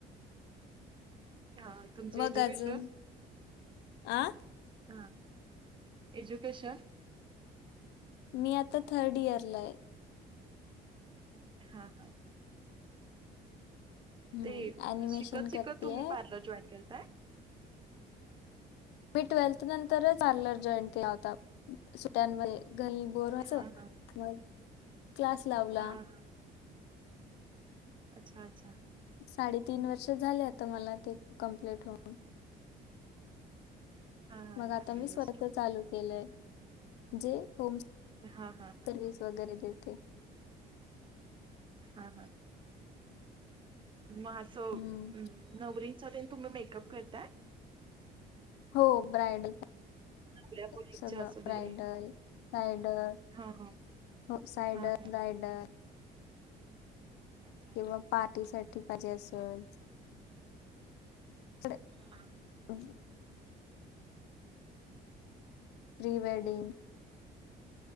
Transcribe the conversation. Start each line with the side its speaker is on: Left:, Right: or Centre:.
Right: हा तुमचं
Left: मग
Right: एज्युकेशन
Left: अजून अ
Right: ह एज्युकेशन
Left: मी आता थर्ड इयरला आहे.
Right: हा हा
Left: हम्म
Right: ते
Left: ऍनिमेशन
Right: शिकत शिकत
Left: करतेय
Right: तुम्ही पार्लर जॉईन के.
Left: मी ट्वेल्थ नंतरच आलर जॉईन केला होता सुट्यांमध्ये ग बोर अस
Right: हा हा
Left: मग क्लास लावला
Right: हा हा अच्छा अच्छा!
Left: साडेतीीन वर्ष झाले आता मला ते कं्प्लीट होन.
Right: हा हा
Left: मग
Right: चांगली
Left: आता मी
Right: गोष्ट
Left: स्वत चालू केलंय जे होम.
Right: हा हा
Left: सर्वस वगैरे देते
Right: हा हा मगं
Left: हम्म
Right: नवरींचा तुम्ही मेकअप करताय.
Left: हो ब्रायडल.
Right: नवऱ्या मुलींचे
Left: सगं
Right: असू
Left: रा्रायडल
Right: दे
Left: रायडल.
Right: हा हा
Left: हो सायडर
Right: हा.
Left: रायडर
Right: अच्छा अच्छा
Left: किंवा पार्टी साठी पाहिजे असल तडे
Right: हम्.
Left: अ प्रि वेडिंग